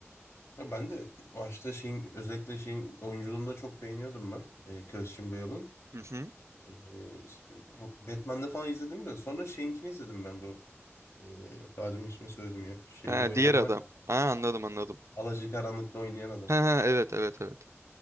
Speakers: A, on the left (about 70°); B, on the right (about 70°).
A: Ya ben de başta şeyin özellikle şeyin oyunculuğunu da çok beğeniyordum ben. E, Christian Bale'ın.
B: Hı hı.
A: E, Batman'de falan izledim de sonra şeyinkini izledim ben bu. E, daha demin ismini söyledim ya. Şeyde
B: Ha,
A: oynayan
B: diğer adam.
A: var ya.
B: Ha, anladım anladım.
A: Alacakaranlık'ta oynayan adam.
B: Ha, ha, evet evet evet.